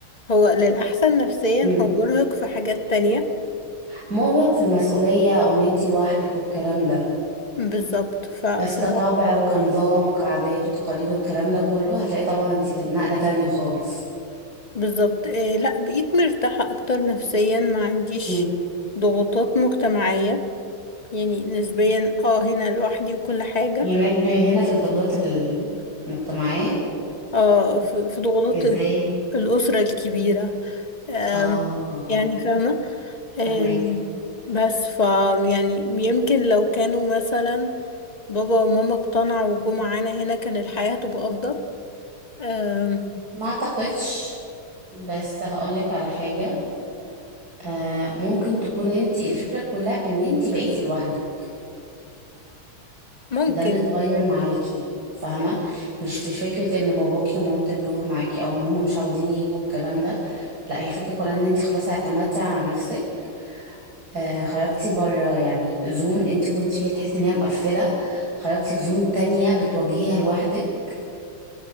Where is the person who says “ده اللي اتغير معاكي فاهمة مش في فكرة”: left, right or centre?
Right